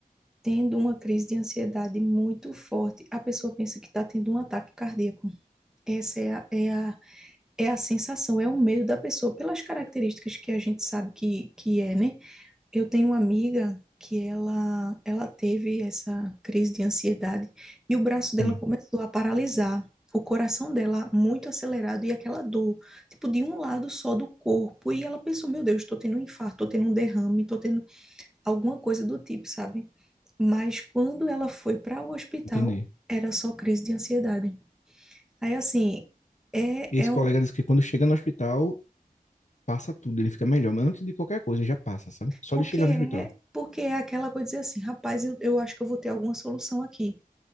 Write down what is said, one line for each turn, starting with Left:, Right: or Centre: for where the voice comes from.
Centre: tendo uma crise de ansiedade muito forte, a pessoa pensa que tá tendo um ataque cardíaco. Essa é a, é a é a sensação, é o medo da pessoa, pelas características que a gente sabe que, que é, né? Eu tenho uma amiga que ela, ela teve essa crise de ansiedade e o braço dela
Left: Hum,
Centre: começou a paralisar, o coração dela muito acelerado e aquela dor, tipo, de um lado só do corpo. E ela pensou: meu Deus, tô tendo um infarto, tô tendo um derrame, tô tendo alguma coisa do tipo, sabe? Mas quando ela foi para o hospital,
Left: entendi.
Centre: era só crise de ansiedade. Aí, assim, é,
Left: Esse
Centre: é
Left: colega
Centre: um
Left: disse que quando chega no hospital, passa tudo, ele fica melhor. Mas antes de qualquer coisa, já passa, sabe? Só
Centre: Porque
Left: de chegar
Centre: é,
Left: no hospital.
Centre: porque é aquela coisa de dizer assim, rapaz, eu, eu acho que eu vou ter alguma solução aqui.